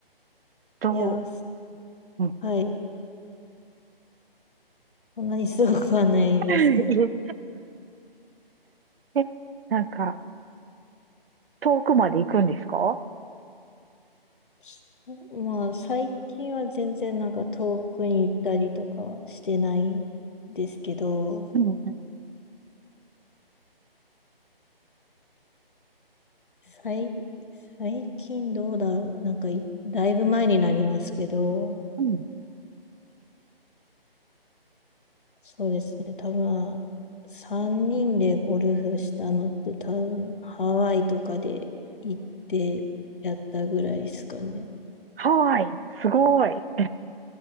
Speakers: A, on the right; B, on the left.
A: ど
B: いや、す
A: う、うん。
B: はい。そんなにすごくはないですけど。
A: <laughs> いえ、えなんか、遠くまで行くんですか
B: <laughs> まあ、最近は全然なんか遠くに行ったりとかはしてないですけど、
A: うん、うん、
B: 最、最近どうだろう。なんかい、だいぶ前になりますけど、
A: うん。
B: そうですね。多分、3人でゴルフしたのって多分、ハワイとかで行ってやったぐらいですかね。
A: ハワイ、すごい。